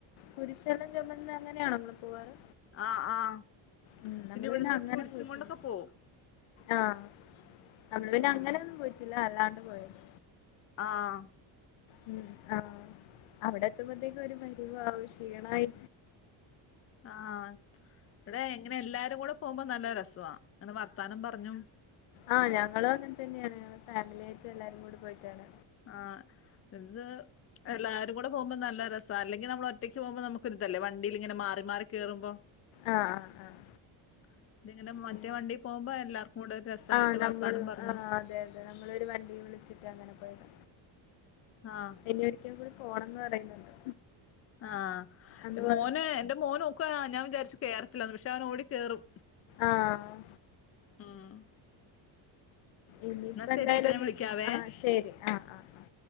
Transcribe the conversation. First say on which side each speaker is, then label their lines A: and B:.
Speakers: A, on the left; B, on the left.
A: കുരിശ ചൊമന്ന് അങ്ങനെയാണ് നിങ്ങൾ പോവാറ്
B: ആ ആഹ്
A: ഉം
B: പിന്നെ
A: നമ്മള്
B: ഇവിടുന്ന്
A: അങ്ങനെ
B: കുരിശും
A: പോയിട്ടില്ല
B: കൊണ്ടൊക്കെ പോവും
A: ആഹ് നമ്മള് പിന്നെ
B: ഉം.
A: അങ്ങനെയൊന്നും പോയിട്ടില്ല അല്ലാണ്ട് പോയത്
B: ആഹ്
A: ഉം ആ അവിടെ എത്തുമ്പോത്തേക്കും ഒരു പരിവാവും ശീണായി
B: ആ ഇവിടെ ഇങ്ങനെ എല്ലാരും കൂടെ പോകുമ്പോ നല്ല രസ അങ്ങനെ വർത്താനം പറഞ്ഞും
A: ആ ഞങ്ങളും അങ്ങനെ തന്നെയാണ് ഞങ്ങള് ഫാമിലി ആയിട്ട് എല്ലാരും കൂടി പോയ ക്കാണ്
B: ആഹ് എന്ത് എല്ലാരും കൂടെ പോകുമ്പോ നല്ല രസ അല്ലെങ്കി നമ്മ ഒറ്റക്ക് പോക്മ്പോ നമുക്ക് ഒരിതല്ലേ വണ്ടിയിലിങ്ങനെ മാറി മാറി കേറുമ്പോ
A: ആഹ് ആഹ് ആഹ്
B: <unintelligible> ഇങ്ങനെ മറ്റേ
A: ഉം
B: വണ്ടി പോകുമ്പോ എല്ലാർക്കും കൂടെ രസായിട്ട്
A: ആഹ് നമ്മള്
B: വർത്താനം പറഞ്ഞു
A: ആഹ് അതെ അതെ നമ്മളൊരു വണ്ടി അങ്ങനെ പോയത്
B: ആ
A: ഇനി ഒരിക്കൻ കൂടി പോണംന്ന് പറയുന്നുണ്ട്
B: ആഹ്
A: അന്ന് പോയ
B: മോന് എന്റെ മോന് നോക്ക ഞാൻ വിചാരിച്ചു കേറത്തില്ലെന്ന് പക്ഷെ അവൻ ഓടി കേറും
A: ആഹ്
B: ഉം.
A: ഇനിയിപ്പ
B: എന്നാ
A: എന്തായാലും
B: ശരി ട്ടോ
A: ഒ
B: ഞാൻ വിളിക്കാവേ
A: നോ ആഹ് ശെരി ആഹ് ആഹ് ആ